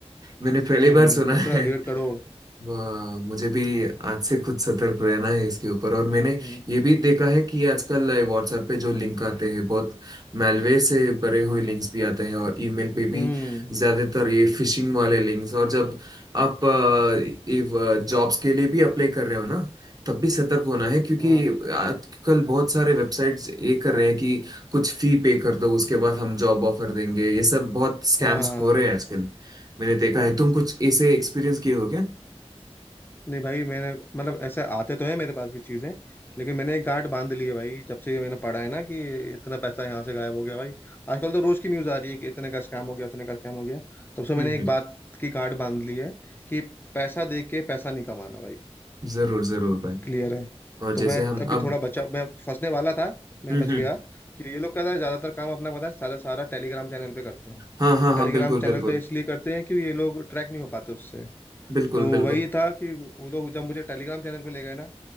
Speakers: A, on the right; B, on the left.
A: मैंने पहली
B: हम्म
A: बार सुना
B: सोच रहा
A: है
B: है डेढ़ करोड़
A: वाह, मुझे भी आज से कुछ सतर्क रहना है इसके ऊपर और मैंने
B: हम्म
A: ये भी देखा है कि आजकल व्हाट्सएप पे जो लिंक आते हैं बहुत मैलवेयर से भरे हुए लिंक्स भी आते हैं और ईमेल पे भी
B: हम्म
A: ज्यादातर ये फिशिंग वाले लिंक्स और जब आप अ, ये जॉब्स के लिए भी अप्लाई कर रहे हो ना तब भी सतर्क होना है क्योंकि
B: हाँ
A: आजकल बहुत सारे वेबसाइट्स ये कर रहे हैं कि कुछ फी पे कर दो उसके बाद हम जॉब ऑफर देंगे ये सब बहुत स्कैम्स
B: हाँ हाँ हाँ,
A: हो
B: हाँ।
A: रहे हैं आजकल मैंने देखा है तुम कुछ ऐसे एक्सपीरियंस किए हो क्या
B: नहीं भाई मैंने मतलब ऐसे आते तो है मेरे पास भी चीजें लेकिन मैंने एक गांठ बांध ली है भाई जब से ये मैंने पढ़ा है ना कि इतना पैसा यहाँ से गायब हो गया भाई आजकल तो रोज की न्यूज आ रही है कि इतने का स्कैम हो गया इतने का स्कैम हो गया तब से
A: हम्म
B: मैंने एक
A: हम्म,
B: बात की गांठ बांध ली है कि पैसा दे के पैसा नहीं कमाना भाई
A: जरूर जरूर भाई
B: क्लियर है
A: और
B: तो
A: जैसे
B: मैं
A: हम
B: अभी
A: अब
B: थोड़ा बचा मैं फंसने वाला था मैं
A: हम्म
B: बच
A: हम्म
B: गया कि ये लोग कहता है ज्यादातर काम अपना पता है सारा सारा टेलीग्राम चैनल पे करते हैं
A: हाँ हाँ
B: टेलीग्राम
A: हाँ बिल्कुल बिल्कुल
B: चैनल पे इसलिए करते हैं कि ये लोग ट्रैक नहीं हो पाते उससे
A: बिल्कुल
B: तो
A: बिल्कुल
B: वही था कि वो लोग जब मुझे टेलीग्राम चैनल पे ले गए ना